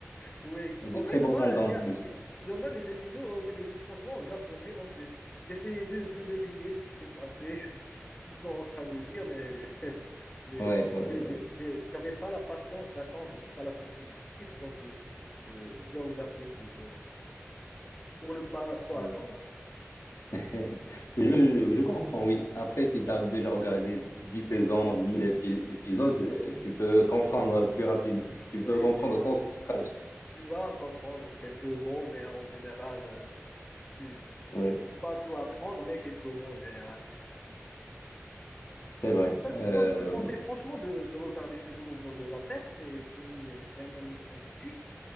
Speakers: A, on the left; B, on the left.
A: Oui,
B: Et des
A: en fait,
B: très bons
A: moi,
B: mangas en
A: il y a-
B: plus.
A: il y en a des épisodes où je l'ai vu franchement en japonais, donc j'ai j'essayais de, de deviner ce qui s'est passé, <laughs> ce que- ce qu'ils sont en train de dire, mais <laughs> j'ai-
B: Ouais, ouais,
A: j'ai-
B: ouais.
A: j'ai- j'avais pas la patience d'attendre jusqu'à la sortie des sous-titres, donc je, euh, je l'ai regardé pour, euh, pour ne pas trop
B: Mm.
A: attendre.
B: <laughs> Je, je- je comprends, oui. Après, si tu as déjà regardé 10 saisons, 1000 épi- épisodes, euh, tu peux comprendre plus rapidement. Tu
A: Oui,
B: peux comprendre
A: oui,
B: sans
A: franchement.
B: sous-titrage.
A: Tu vas comprendre quelques mots, mais en général, euh, tu,
B: Oui,
A: tu peux pas tout apprendre, mais quelques mots en général,
B: c'est vrai.
A: Ben,
B: Euh,
A: sinon, je te conseille
B: bon.
A: franchement de, de regarder c'est le mouvement de la Terre. C'est c'est une- c'est un anime scientifique.